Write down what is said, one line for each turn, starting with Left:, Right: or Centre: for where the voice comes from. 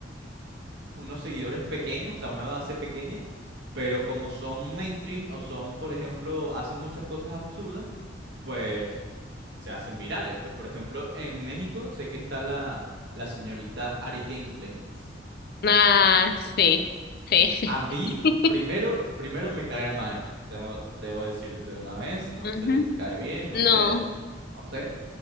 Right: unos seguidores pequeños, o sea, una base pequeña, pero como son mainstream o son, por ejemplo, hacen muchas cosas absurdas, pues se hacen virales. Pues, por ejemplo, en México sé que está la, la señorita Ari Gameplays.
Left: Ah, sí, sí, sí.
Right: A mí,
Left: <laughs>
Right: primero, primero me cae mal. Tengo, debo decirte de una vez. No
Left: Ujú.
Right: sé si a ti te cae bien, no
Left: No,
Right: sé, no sé.